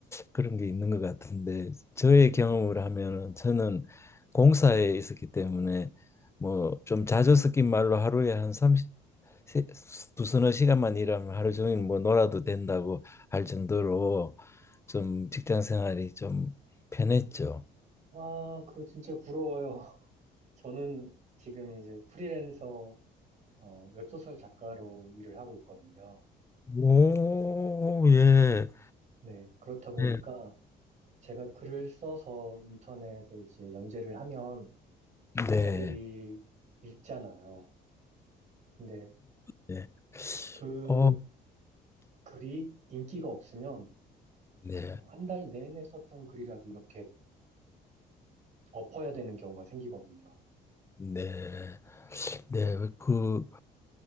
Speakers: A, on the left; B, on the right.
A: 그런 게 있는 것 같은데 저의 경험을 하면은 저는 공사에 있었기 때문에 뭐 좀 자주 섞인 말로 하루에 한 세- 두 서너 시간만 일하면 하루 종일 뭐 놀아도 된다고 할 정도로 좀 직장 생활이 좀 편했죠.
B: 와, 그거 진짜 부러워요. <laughs> 저는 지금 이제 프리랜서 어, 웹소설 작가로 일을 하고 있거든요.
A: 오, 예,
B: 네, 그렇다 보니까
A: 예.
B: 제가 글을 써서 인터넷에 이제 연재를 하면 독자들이
A: 네.
B: 읽잖아요. 근데
A: 네.
B: 그
A: 어,
B: 글이 인기가 없으면
A: 네.
B: 어, 한달 내내 썼던 글이라도 이렇게 엎어야 되는 경우가 생기거든요.
A: 네. 네. 그,